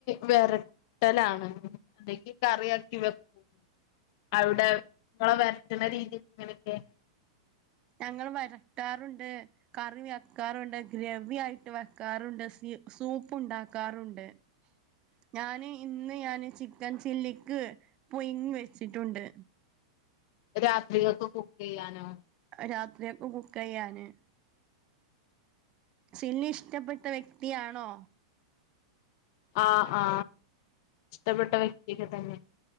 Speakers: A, on the left; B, on the right.
A: വെരട്ടാലാണ് അല്ലങ്കി കറിയാക്കി വെക്കും അവിടെ ങ്ങളെ വരത്തുന്ന രീതി എങ്ങനൊക്കെ
B: ഞങ്ങൾ വരട്ടാറുണ്ട് കറി വെക്കാറുണ്ട് ഗ്രവി ആയിട്ട് വെക്കാറുണ്ട് സി സൂപ്പ് ഉണ്ടാക്കാറുണ്ട് <inaudible> ഞാന് ഇന്ന് ഞാന് ചിക്കൻ ചില്ലിക്ക് പുയിങ്ങി വെച്ചിട്ടുണ്ട്
A: രാത്രിക്കെക്ക് കുക്ക് ചെയ്യാനോ
B: രാത്രിയൊക് കുക്ക് ചെയ്യാന് ചില്ലി ഇഷ്ടപ്പെട്ട വ്യക്തിയാണോ
A: ആ ആ ഇഷ്ടപ്പെട്ട വ്യക്തിയൊക്കെ തന്നെ